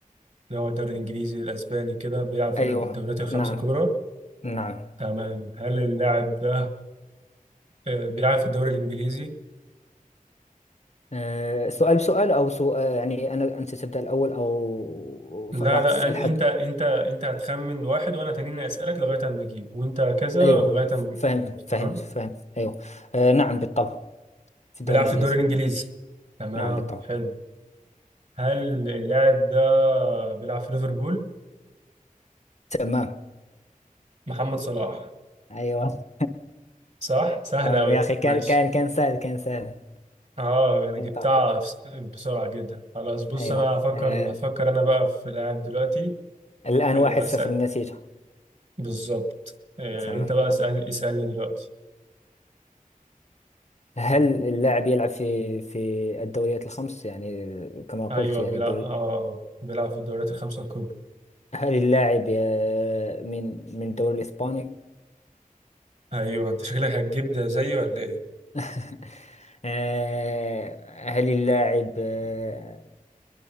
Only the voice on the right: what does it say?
اللي هو الدوري الانجليزي الاسباني كده بيلعب في
الدوريات الخمسة
الكبرى
تمام هل اللاعب ده آه، بيلعب في الدوري الانجليزي
لا
لا
أن-
انت انت انت هتخمن واحد وانا تانيين اسالك لغايه اما اجيب وانت كذا
لغايه
اما
تمام
بيلعب
في الدوري الانجليزي تمام
حلو هل اللاعب ده بيلعب في ليفربول
محمد صلاح
صح سهل
قوي
ماشي
اه انا
جبتها بس- بسرعه جدا خلاص بص
انا هفكر
هفكر انا بقى في لاعب دلوقتي
يلا
اسال
بالظبط آه،
انت بقى اسال اسالني دلوقتي
ايوه
بيلعب
اه بيلعب في الدوريات الخمسه الكبرى
ايوه انت شكلك هتجيب ده زيي ولا ايه